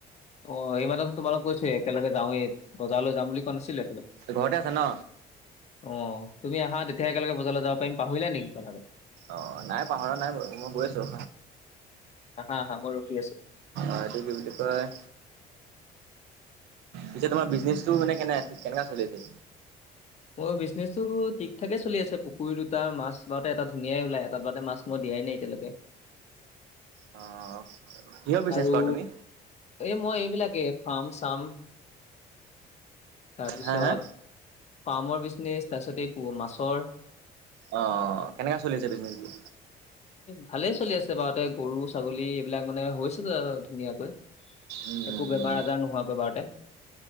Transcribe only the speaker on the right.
ঘৰতে আছ ন।
অ নাই পাহৰা নাই মই গৈ আছো ৰ।
অ কি বোলি কয়। পিছে তোমাৰ বিজনেছটো মানে কেনে ঠিক কেনেককা চলিছে?
অ। কিহৰ বিজনেছ
কৰা তুমি?
হা হা
অ কেনেককা চলি আছে বিজনেচ বি।
উম